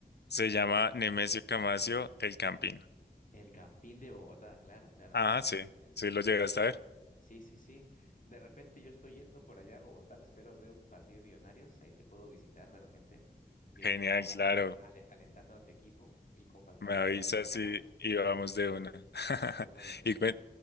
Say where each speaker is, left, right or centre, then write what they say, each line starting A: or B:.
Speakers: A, on the left; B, on the left.
A: se llama Nemesio Camacio El Campín.
B: El Campín de Bogotá, claro, claro,
A: Ah,
B: claro.
A: sí,
B: Es
A: sí
B: muy
A: lo
B: conocido.
A: llegaste a ver.
B: Sí, sí, sí. De repente yo estoy yendo por allá a Bogotá, me espero ver un partido de Millonarios, ahí te puedo visitar de repente, viendo,
A: Genial, claro.
B: ale- al- ale- alentando a tu equipo y con Falcao
A: Me
B: en
A: avisas
B: la cancha, ojalá.
A: y, y vamos de una. <laughs>
B: Qué bueno, qué bueno.
A: Y cuen-